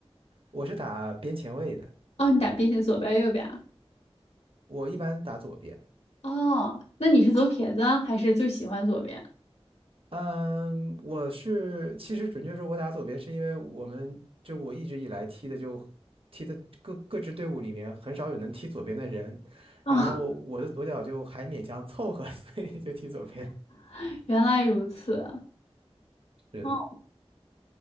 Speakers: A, on the right (about 60°); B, on the left (about 80°).
A: 我是打边前卫的，
B: 哦，你打边线左边右边啊？
A: 我一般打左边。
B: 哦，那你是左撇子啊还是就喜欢左边？
A: 嗯，我是其实准确说，我打左边是因为我们就我一直以来踢的就踢的各各支队伍里面很少有能踢左边的人，
B: 哦，
A: 然后我的左脚就还勉强凑合，<laughs> 所以就踢左边。
B: <laughs> 原来如此。
A: 是的，
B: 哦，